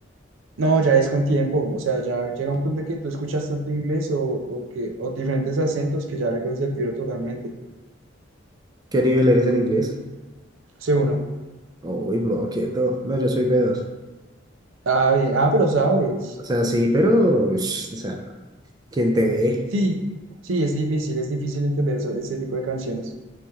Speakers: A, on the right; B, on the right.
A: no, ya es con tiempo, o sea, ya llega un punto de que tú escuchas tanto inglés o, o que, o diferentes acentos que ya le coges el tiro totalmente,
B: ¿Qué nivel eres en inglés?
A: sé uno.
B: Uy, bro, quieto. No, yo soy B2.
A: Ah, bien, ah, pero sabes,
B: O sea, sí, pero, ush, o sea, ¿quién te ve?
A: sí, sí, es difícil, es difícil entender eso, ese tipo de canciones.